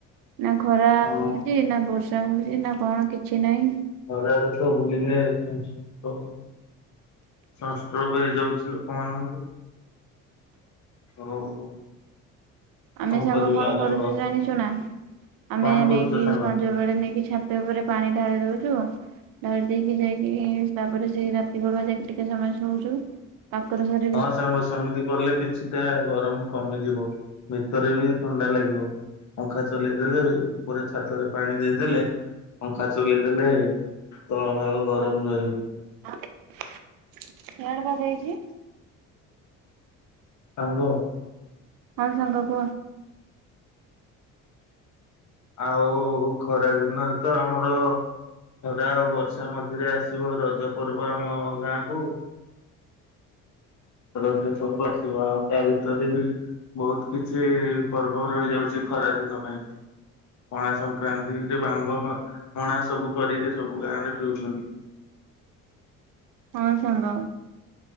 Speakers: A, on the right; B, on the left.
A: ନା ଖରା
B: ହଁ
A: ହଉଚି ନା ବର୍ଷା ହଉଚି ନା କଣ କିଛି ନାହିଁ।
B: ଖରା ରେ ତ ବୁଲିଲେ ସଂଷ୍ଟ୍ରୋକ୍ ହ ସଂଷ୍ଟ୍ରୋକ୍ ହେଇଯାଉଚି ଲୋକମାନଙ୍କୁ। ଓ‌ ହଉ।
A: ଆମେ ସାଙ୍ଗ
B: କରିବା
A: କଣ
B: ସାଙ୍ଗ
A: କରୁଚୁ ଜାଣିଚୁ ନା ଆମେ
B: କଣ କରୁଛ
A: ନେଇକି
B: ସାଙ୍ଗ?
A: ସଂଜ ସଞ୍ଜ ବେଳେ ନେଇକି ଛାତ ଉପରେ ପାଣି ଢାଳି ଦଉଚୁ ଢାଳି ଦେଇକି ଯାଇକି ତାପରେ ସେ ରାତି ବଳୁଆ ଯାଇକି ଟିକେ ସମୟ ଶୋଉଚୁ କାକରେ ସରି
B: ହଁ ସାଙ୍ଗ ସେମିତି କଲେ କି ସିଧା ଗରମ କମିଯିବ ଭିତରେ ବି ଥଣ୍ଡା ଲାଗିବ। ପଙ୍ଖା ଚଲେଇ ଦେଲେ ଉପରେ ଛାତରେ ପାଣି ଦେଇଦେଲେ ପଙ୍ଖା ଚଲେଇ ଦେଲେ ତଳ ଭାଗ ଗରମ ରହିବ।
A: ହିଆଡେ କଣ ଦେଇଚି?
B: ସାଙ୍ଗ।
A: ହଁ ସାଙ୍ଗ କୁହ।
B: ଆଉ ଖରା ଦିନରେ ତ ଆମର ଖରା ଆଉ ବର୍ଷା ମଝିରେ ଆସିବ ରଜ ପର୍ବ ଆମ ଗାଁକୁୁ। ରଜ ପର୍ବ ଆସିବ ଆଉ ତା ଭିତରେ ବି ବହୁତ କିଛି ପର୍ବ ରହି ଯାଉଚି ଖରା ଦିନ ପାଇଁ। ପଣା ସଂକ୍ରାନ୍ତି ଯଉ ଭାଙ୍ଗ ଫା ପଣା ସବୁ କରିକି ସବୁ ଗାଁରେ ପିଉଛନ୍ତି।
A: ହଁ ସାଙ୍ଗ।